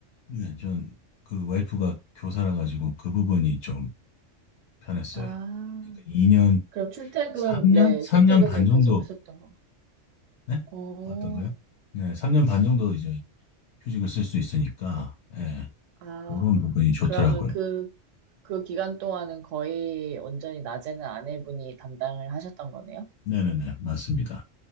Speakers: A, on the left; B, on the right.
A: 네, 전 그 와이프가 교사라 가지고 그 부분이 좀 편했어요.
B: 아,
A: 그러니까 2년,
B: 그럼 출퇴근,
A: 3년?
B: 네,
A: 3년
B: 출퇴근을
A: 반 정도,
B: 계속 하셨던 건가요?
A: 네?
B: 어,
A: 어떤가요? 네, 3년 반 정도 이제 휴직을 쓸 수 있으니까, 예,
B: 아,
A: 그런 부분이 좋더라고요.
B: 그러면 그, 그 기간 동안은 거의 온전히 낮에는 아내분이 담당을 하셨던 거네요?
A: 네네네, 맞습니다.